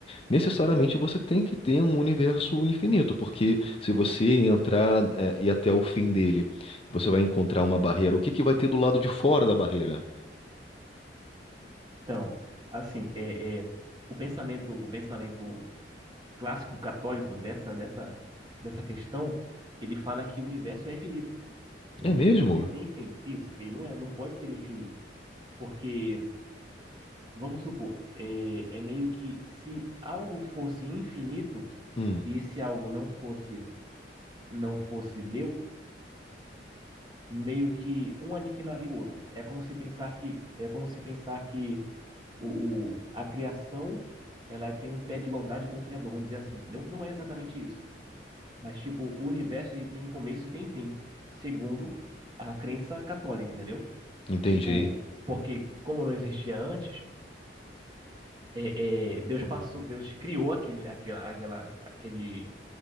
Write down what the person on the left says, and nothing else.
Necessariamente você tem que ter um universo infinito, porque se você entrar, é, e até o fim dele, você vai encontrar uma barreira. O que que vai ter do lado de fora da barreira?
É mesmo?
Hum,
entendi.